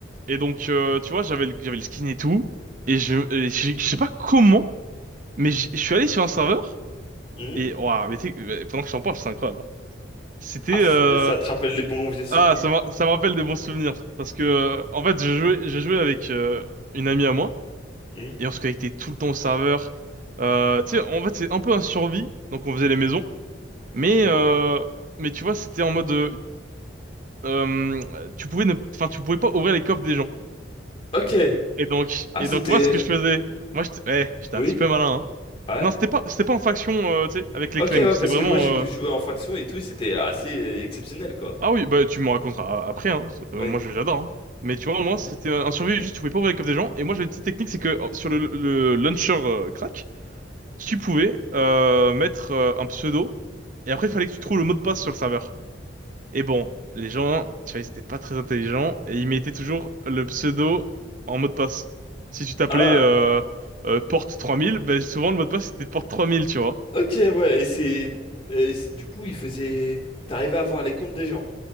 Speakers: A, on the right; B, on the left.
A: Et donc, euh, tu vois, j'avais le, j'avais le skin et tout. Et je, et je, je sais pas comment, mais je je suis allé sur un serveur.
B: Hmm
A: Et, waouh, mais tu pendant que je t'en parle, c'est incroyable. hein. C'était,
B: Ah, c'est-
A: euh,
B: ça te rappelle les bons vieux souvenirs.
A: Ah, ça me, ça me rappelle des bons souvenirs. Parce que, euh, en fait, j'ai joué, j'ai joué avec euh, une amie à moi.
B: Hmm
A: Et on se connectait tout le temps au serveur. Euh, tu sais, en fait, c'est un peu un survie. Donc, on faisait les maisons. Mais,
B: Oui.
A: euh, mais tu vois, c'était en mode... euh, euh, tu pouvais ne, enfin, tu pouvais pas ouvrir les coffres des gens.
B: Ok.
A: Et donc,
B: Ah,
A: et
B: c'était...
A: donc, moi, ce que
B: euh,
A: je faisais... Moi, j'étais ouais, j'étais
B: Oui?
A: un petit peu malin, hein.
B: Ouais?
A: Non, c'était pas, c'était pas en faction, euh, tu sais, avec les
B: Ok,
A: claims.
B: ouais,
A: C'était
B: parce
A: vraiment...
B: que moi j'ai pu
A: euh,
B: jouer en faction et tout, et c'était assez euh, exceptionnel, quoi.
A: Ah oui, bah tu me raconteras après, hein. Euh,
B: Oui.
A: Moi je- j'adore. hein. Mais tu vois, moi c'était un survie, juste tu pouvais pas ouvrir les coffres des gens. Et moi j'ai une petite technique, c'est que euh, sur le, le launcher euh, crack, tu pouvais euh, mettre euh, un pseudo. Et après il fallait que tu trouves le mot de passe sur le serveur. Et bon, les gens, tu vois, ils étaient pas très intelligents et ils mettaient toujours le pseudo en mot de passe. Si tu t'appelais
B: Ah,
A: euh, euh, porte 3000, bah, souvent le mot de passe c'était porte trois mille tu vois.
B: ok, ouais, et c'est... et c'est- Du coup, il faisait... T'arrivais à voir les comptes des gens.